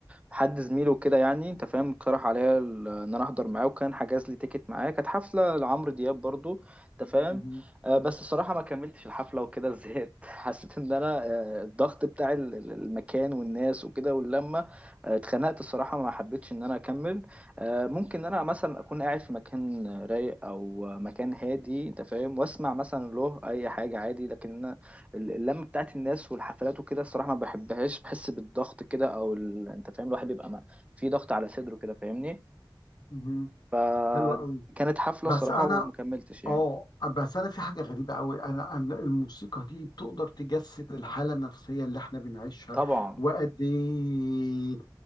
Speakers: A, on the right (about 15°); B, on the left (about 55°).
A: حد زميله كده يعني انت فاهم اقترح عليا ال- ان انا احضر معاه وكان حجز لي تيكت معاه كانت حفله لعمرو دياب برضو انت فاهم
B: مهم.
A: آه، بس الصراحه ما كملتش الحفله وكده زهقت <laughs> حسيت ان انا آه، الضغط بتاع ال- ال- المكان والناس وكده واللمه آه، اتخنقت الصراحه ما حبيتش ان انا اكمل آه، ممكن ان انا مثلا اكون قاعد في مكان رايق او مكان هادي انت فاهم واسمع مثلا له اي حاجه عادي لكن ال- اللمه بتاعت الناس والحفلات وكده الصراحه ما بحبهاش بحس بالضغط كده او ال... انت فاهم الواحد بيبقى ما... في ضغط على صدره كده فاهمني
B: مهم.
A: فكانت
B: حلو قوي
A: حفله
B: بس
A: الصراحه
B: انا
A: ومكملتش يعني
B: اه بس انا في حاجه غريبه قوي انا انا الموسيقى دي بتقدر تجسد الحاله النفسيه اللي احنا بنعيشها
A: طبعا
B: وقد ايه